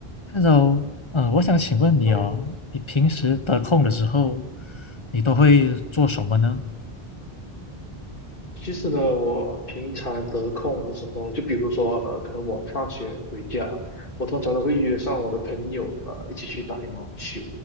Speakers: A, on the left (about 30°); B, on the left (about 60°).
A: Hello，呃，我想请问你哦，
B: 哎，
A: 你平时得空的时候，你都会做什么呢？
B: 其实呢，我平常得空的时候，就比如说，呃，可能我放学回家，我通常都会约上我的朋友，呃，一起去打羽毛球。